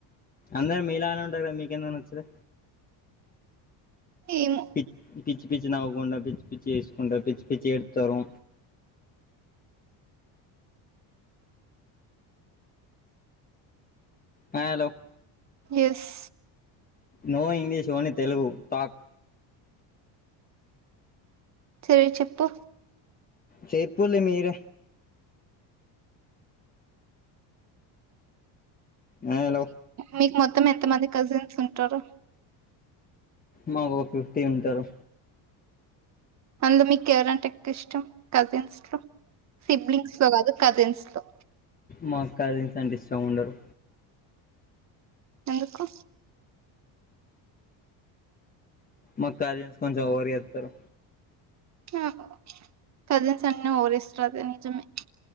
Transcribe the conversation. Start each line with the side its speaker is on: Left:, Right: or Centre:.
Left: అందరూ మీలానే ఉంటరు మీకు ఎందుకు నచ్చలే
Right: ఏమో
Left: పి పిచ్చి పిచ్చి నవ్వకుండా పిచ్చి పిచ్చి చేసుకుంటా పిచ్చి పిచ్చి ఏడుత్తారు hello
Right: yes
Left: no English only Telugu talk
Right: సరే చెప్పు
Left: చెప్పుల్లి మీరే హలో
Right: మీకు మొత్తం ఎంత మంది కజిన్స్ ఉంటారు
Left: మాకు ఒక ఫిఫ్టీ ఉంటారు
Right: అందులో మీకు ఎవరంటే ఎక్కువ ఇష్టం కజిన్స్ లో సిబ్లింగ్స్ లో కాదు కజిన్స్ లో
Left: మాకు కజిన్స్ అంటే ఇష్టం ఉండరు
Right: ఎందుకు
Left: మా కజిన్స్ కొంచెం ఓవర్ చేస్తారు
Right: ఆ కజిన్స్ అన్న ఓవర్ ఏ చేస్తారు అది నిజమే